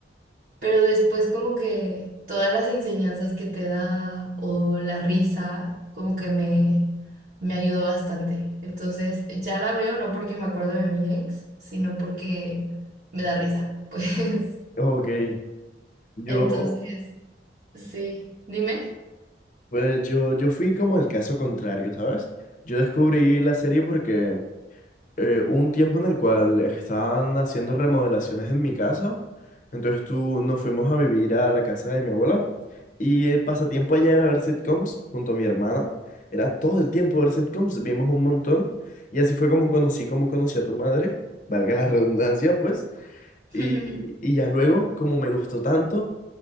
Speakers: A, on the right; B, on the left.
A: Pero después como que todas las enseñanzas que te da o la risa, como que me, me ayudó bastante. Entonces, ya la veo no porque me acuerdo de mi ex, sino porque me da risa. <laughs> Pues,
B: Ok. Yo,
A: entonces, sí, dime.
B: pues yo, yo fui como el caso contrario, ¿sabes? Yo descubrí la serie porque eh, hubo un tiempo en el cual estaban haciendo remodelaciones en mi casa, entonces tú nos fuimos a vivir a la casa de mi abuela y el pasatiempo allá era ver sitcoms junto a mi hermana, era todo el tiempo ver sitcoms, vimos un montón y así fue como conocí, como conocí a tu madre, valga la redundancia pues,
A: <laughs>
B: y, y ya luego como me gustó tanto